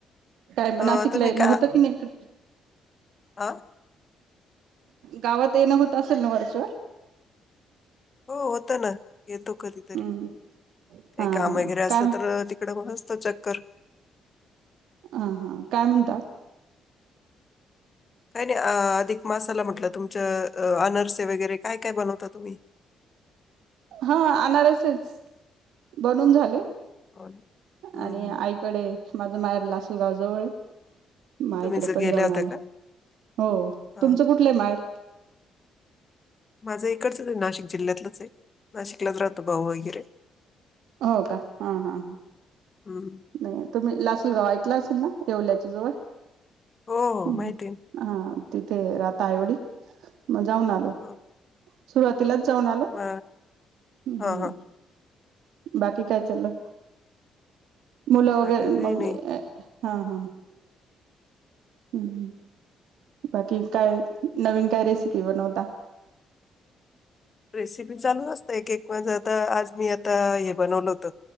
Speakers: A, on the right (about 85°); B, on the left (about 35°).
A: काय मग
B: अ
A: नाशिकला
B: तुम्ही
A: येणं
B: का
A: होतं की नाही इकड?
B: आ
A: गावात येणं होत असेल ना वरचेवर
B: हो होत ना. येतो कधीतरी
A: हम्म
B: काही
A: हा
B: काम
A: हा
B: वगैरे असलं
A: काय
B: तर, इकड पण असत चक्कर
A: आ हा काय म्हणता?
B: काही नाही अधिक मासाला म्हटलं. तुमच्या आनरसे वगेरे काय काय बनवता तुम्ही?
A: हा आनारसेच बनवून झाले.
B: हो ना. हम्म
A: आणि आईकडे माझ माहेर ला अस गाव जवळ हाय. माई
B: तुम्ही
A: कडे
B: ज
A: पण
B: गेल्या
A: जाऊन
B: होत्या
A: आला,
B: का?
A: हो
B: हा
A: तुमचं कुठलंय माहेर?
B: माझं इकडचच आहे नाशिक जिल्ह्यातलंच आहे, नाशिकलाच राहतो भाऊ वगैरे.
A: ओ का हा हा हा.
B: हम्म
A: नाही तुम्ही लासल गावा ऐकला असल. असल ना एवल्याच्या जवळ
B: हो हो
A: हम्
B: माहिती आहे ना.
A: आ आ. तिथे राहता आईवडील म जाऊन आलो.
B: हा
A: सुरत. तिलाच जाऊन आलो..
B: म
A: ह्म्म्म
B: हा
A: ह्म्म्म..
B: हा
A: बाकी काय चाललं. मुलं वगैरे
B: बाकी काही
A: मंग
B: नाही.
A: ए.. हा हा.. हम्म हम्. बाकी काय नवीन काय रेसिपी बनवता?
B: रेसिपी चालू असत. एक एक म्हणजे आता आज मी आता हे बनवलं होत,